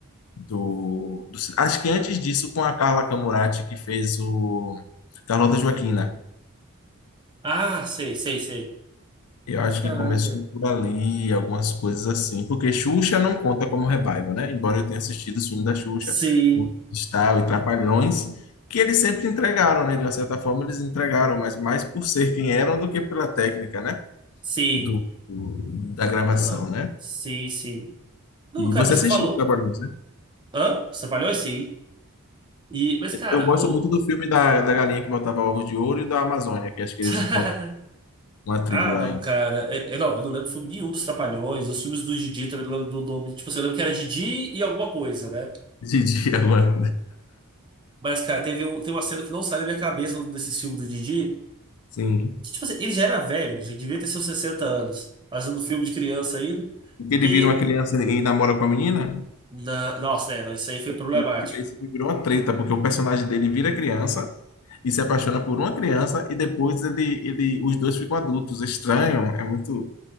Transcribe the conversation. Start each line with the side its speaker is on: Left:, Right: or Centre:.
Left: do, do... ci- Acho que antes disso, com a Carla Camurati, que fez o Carlota Joaquina.
Right: Ah, sei, sei, sei.
Left: Eu acho
Right: Caraca.
Left: que começou por ali, algumas coisas assim, porque Xuxa não conta como revival, né? Embora eu tenha assistido os filmes da Xuxa,
Right: Sim,
Left: o Cristal e Trapalhões, que eles sempre entregaram, né? De uma certa forma, eles entregaram, mas mais por ser quem eram do que pela técnica, né?
Right: sim.
Left: Do, do- da gravação,
Right: Não.
Left: né?
Right: Sim, sim. Não,
Left: E
Right: cara,
Left: você
Right: mas
Left: assistiu
Right: você falou.
Left: Trapalhões, né?
Right: Hã? Você trabalhou? Sim. E, mas, cara,
Left: Eu gosto
Right: eu.
Left: muito do filme da, da galinha que botava ovos de ouro e da Amazônia, que acho que
Right: <laughs>
Left: eles encontram uma tribo
Right: Ah,
Left: lá
Right: não,
Left: em
Right: cara. É- é, não, eu não lembro filme nenhum dos Trapalhões. Os filmes do Didi também não lembro do nome. Tipo assim, eu lembro que era Didi e alguma coisa, né?
Left: Didi agora.
Right: Mas, cara, teve um, tem uma cena que não sai da minha cabeça desse filme do Didi.
Left: <laughs> Sim.
Right: Que, tipo assim, ele já era velho, ele já devia ter seus 60 anos, fazendo filme de criança ainda.
Left: Porque ele
Right: que
Left: vira uma criança e namora com a menina?
Right: Na- Nossa, né? Isso aí foi problemático.
Left: Tem um que esse filme virou uma treta, porque o personagem dele vira criança e se apaixona por uma criança e depois ele, ele, os dois ficam adultos. Estranho, é muito.